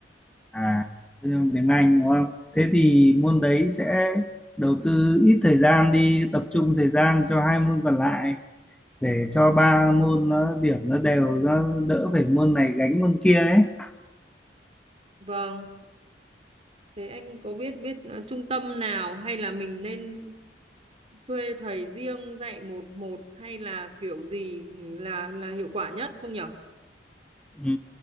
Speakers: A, in the centre; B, on the right.
A: À, tự nhiên tiếng Anh đúng không? Thế thì môn đấy sẽ đầu tư ít thời gian đi, tập trung thời gian cho hai môn còn lại để cho ba môn nó điểm nó đều, nó đỡ phải môn này gánh môn kia ấy.
B: Vâng, thế anh có biết biết ờ, trung tâm nào hay là mình nên thuê thầy riêng dạy một một hay là kiểu gì là là hiệu quả nhất không nhở?
A: Ừ.